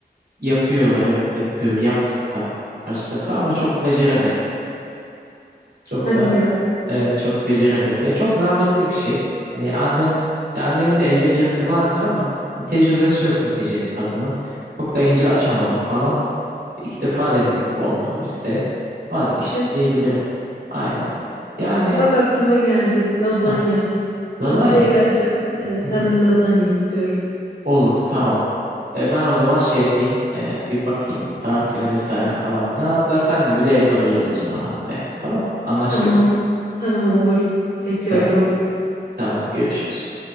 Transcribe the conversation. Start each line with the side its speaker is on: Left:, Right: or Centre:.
Right: yapıyorlar evet yapıyor yaptık da birkaç defa ama çok beceremedik. Çok
Left: Hadi
Right: da
Left: ya.
Right: e, çok beceremedik. Ya çok zahmetli bir şey. Hani annem ya annemin de el becerisi vardır ama hani tecrübesi yok neticede kadının. Çok da ince açamadık falan. İki defa denedik olmadı biz de vazgeçtik
Left: Tüh.
Right: diyebilirim. Aynen. Yani
Left: Bak aklıma geldi. Lazanya.
Right: heh, lazanya.
Left: Haftaya geleceğim. Evet,
Right: Hı
Left: senden
Right: hı.
Left: lazanya istiyorum.
Right: Olur tamam. E, ben o zaman şey yapayım, e, bir bakayım tarifine vesaire falan filan. Hatta senle bile yapabiliriz o zaman haftaya. Tamam, anlaştık
Left: Tamam.
Right: mı?
Left: Tamam olur. Peki
Right: Tamam,
Left: öyle olsun.
Right: tamam, görüşürüz.